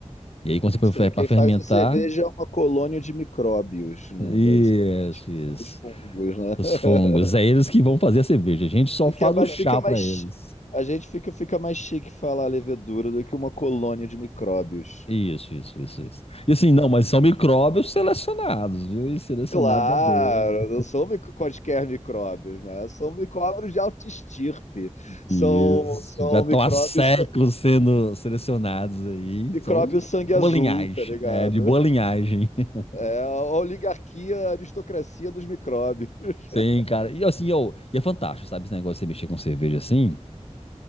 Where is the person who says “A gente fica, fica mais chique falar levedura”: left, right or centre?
Left